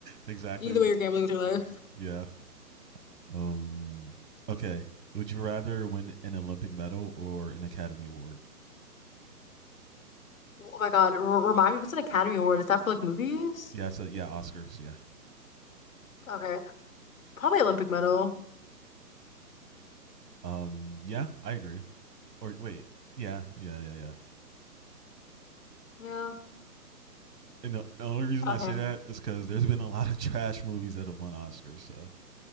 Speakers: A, on the right (about 75°); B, on the left (about 55°).
A: Exactly.
B: Either way, you're gambling with your life.
A: Yeah. Um. Okay. Would you rather win an Olympic medal or an Academy Award?
B: Oh my God. R remind me, what's an Academy Award? Is that for like movies?
A: Yeah. So yeah, Oscars. Yeah.
B: Okay. Probably Olympic medal.
A: Um. Yeah, I agree. Or wait. Yeah. Yeah. Yeah. Yeah.
B: Yeah.
A: And the only reason
B: Okay.
A: I say that is because there's been a lot of trash movies that have won Oscars. So.